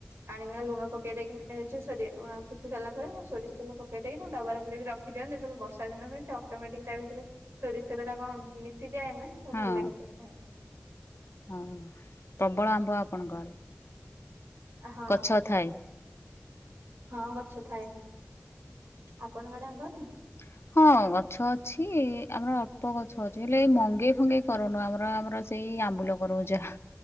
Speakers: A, on the right (about 65°); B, on the left (about 65°).
A: ଆଣିକିନା ଲୁଣ ପକେଇ ଦେଇକି ଏ ଯୋଉ ସରି ଶୁଖି ସାରିଲା ପରେ ସୋରିଷତେଲ ପକେଇ ଦେଇକି ଡବାରେ ପୁରେଇ ରଖି ଦିଅନ୍ତି ଯେତେବେଳେ ବର୍ଷା ଦିନ ହୁଏ ସେ ଅଟୋମଟିକ୍ ତା ଭିତ ରେ ସୋରିଷତେଲ ଟା କଣ ମିଶିଯାଏ ନାଁ
B: ହଁ
A: ଭଲ ଲାଗେ ସବୁ ଖାଇବାକୁ
B: ହଁ ପ୍ରବଳ ଆମ୍ବ ଆପଣଙ୍କ ଆଡେ
A: ହଁ
B: ଗଛ ଥାଏ।
A: ହଁ ଗଛ ଥାଏ। ଆପଣ ଆଡେ ଆମ୍ବ ହଉନି?
B: <inaudible> ହଁ ଗଛ ଅଛି ଆମର ଅଳ୍ପ ଗଛ ଅଛି ହେଲେ ମଙ୍ଗେଇ ଫଙ୍ଗେଇ କରୁନୁ ଆମର ଆମର ସେଇ ଆମ୍ବୁଲ କରୁ ଯାହା